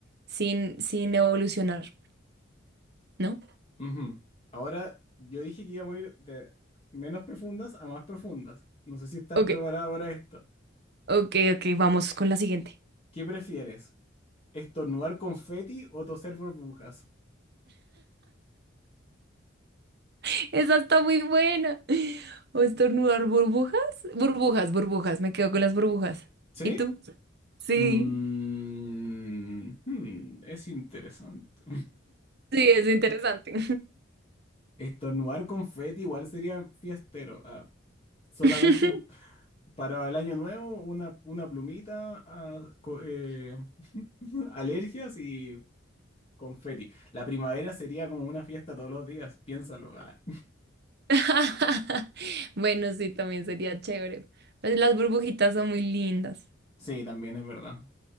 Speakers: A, on the right (about 60°); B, on the left (about 30°).
A: sin, sin evolucionar, ¿no?
B: Ujú. Ahora, yo dije que iba a morir de menos profundas a más profundas. No sé si estás
A: Ok,
B: preparada para esto.
A: ok, ok, vamos con la siguiente.
B: ¿Qué prefieres? ¿Estornudar confeti o toser burbujas?
A: <laughs> Esa está muy buena. ¿O estornudar burbujas? Burbujas, burbujas, me quedo con las burbujas.
B: ¿Sí?
A: ¿Y tú? Sí,
B: Mm, hmm, es interesante.
A: sí, es interesante.
B: Estornudar confeti igual sería fiestero. Ah, solamente
A: <laughs>
B: para el año nuevo, una, una plumita, ah, co- eh, <laughs> alergias y Confeti. La primavera sería como una fiesta todos los días, piénsalo. ah.
A: <laughs> Bueno, sí, también sería chévere. Pues las burbujitas son muy lindas.
B: Sí, también es verdad.